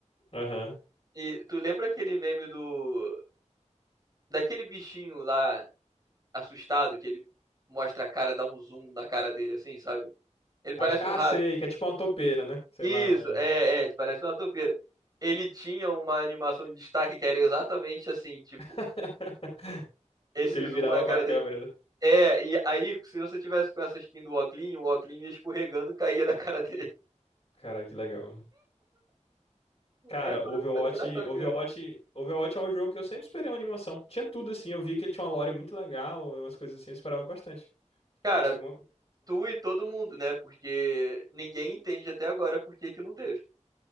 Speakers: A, on the left; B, on the right.
A: Aham.
B: E tu lembra aquele meme do... Daquele bichinho lá assustado, que ele mostra a cara, dá um zoom na cara dele, assim, sabe? Ele parece
A: Acho, ah,
B: um rato.
A: sei, que é tipo uma toupeira, né? Sei
B: Isso,
A: lá, um.
B: é, é, tipo, parece uma topeira. Ele tinha uma animação de destaque que era exatamente assim, tipo,
A: <laughs>
B: esse
A: Ele
B: zoom
A: virava
B: na cara
A: pra câmera,
B: dele.
A: né?
B: É, e aí, se você tivesse com essa skin do Oclean, o Oclean ia escorregando e caía da cara dele.
A: Cara, que legal.
B: <laughs>
A: Cara,
B: É a coisa
A: Overwatch,
B: mais engraçada
A: Overwatch,
B: que eu já vi.
A: Overwatch é um jogo que eu sempre esperei uma animação. Tinha tudo assim, eu vi que ele tinha uma lore muito legal, umas coisas assim, eu esperava bastante. Que
B: Cara,
A: tivesse alguma coisa. relacionada.
B: tu e todo mundo, né? Porque ninguém entende até agora por que que não teve.